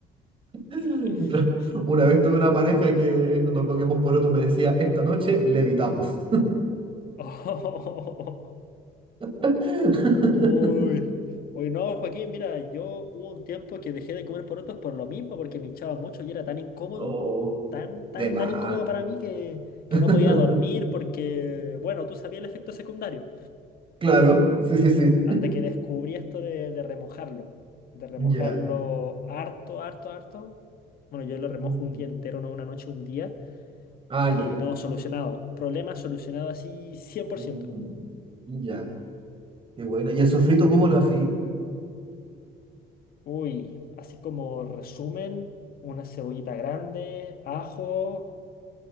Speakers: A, on the right; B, on the left.
A: Claro.
B: <laughs>
A: Una vez tuve una pareja que cuando comíamos porotos me decía, esta noche levitamos.
B: Oh.
A: <laughs>
B: Uy. Uy, no, Joaquín, mira, yo hubo un tiempo que dejé de comer porotos por lo mismo, porque me hinchaba mucho y era tan incómodo,
A: Oh,
B: tan, tan,
A: de más.
B: tan incómodo para mí que, que
A: <laughs>
B: no podía dormir porque, bueno, tú sabías el efecto secundario.
A: Claro, sí, sí, sí.
B: Hasta que descubrí esto de, de remojarlo, de remojarlo
A: Ya.
B: harto, harto, harto. Bueno, yo lo
A: Mm.
B: remojo un día entero, no una noche, un día.
A: Ah, ya.
B: Y no, solucionado. Problema solucionado así cien por
A: Mm.
B: ciento
A: Ya. Qué buena. ¿Y el sofrito cómo lo así?
B: Uy, así como resumen, una cebollita grande, ajo,